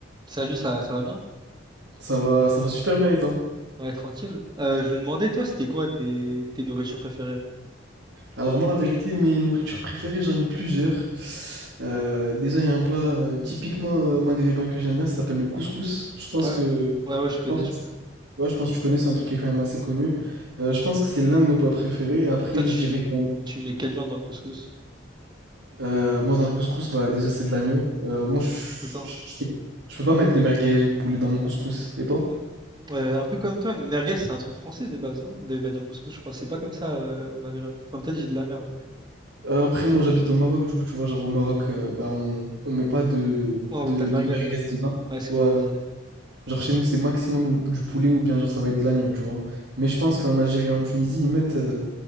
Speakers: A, on the right (about 25°); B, on the right (about 85°).
A: Salut, ça, ça va bien?
B: Ça va, ça va super bien et toi?
A: Ouais, tranquille. Euh, je me demandais, toi, c'était quoi tes, tes nourritures préférées?
B: Alors moi la vérité, mes nourritures préférées, j'en ai plusieurs. Euh, déjà il y a un plat euh, typiquement euh, maghrébin que j'aime bien, ça s'appelle le couscous. Je pense
A: Ouais,
B: que,
A: ouais, ouais, je connais,
B: je pense,
A: je connais.
B: ouais, je pense que tu connais, c'est un truc qui est quand même assez connu. Euh, je pense que c'est l'un de mes plats préférés. Et après
A: Toi, tu,
B: je dirais que
A: tu mets quelle viande dans le couscous?
B: euh, moi dans le couscous, bah déjà c'est de l'agneau. Euh, moi je,
A: Tout le temps.
B: je, je peux je peux pas mettre de merguez ou de poulet dans mon couscous. Et toi?
A: Mm. Euh, un peu comme toi, merguez, c'est un truc français de base, non? De mettre dans le couscous, je crois. C'est pas comme ça euh, au Maghreb. Enfin, peut-être j'ai de la merde, mais.
B: Euh, après, moi, j'habite au Maroc, du coup, tu vois, genre au Maroc, euh, bah, on, on met pas de,
A: Oh,
B: de,
A: oui, pas de
B: de
A: merguez.
B: merguez
A: Ouais,
B: dedans.
A: Ouais, c'est ce
B: Ouais.
A: que je me disais.
B: Genre chez nous, c'est maximum du poulet ou bien genre ça va être de l'agneau, tu vois. Mais je pense qu'en Algérie et en Tunisie, ils mettent, euh,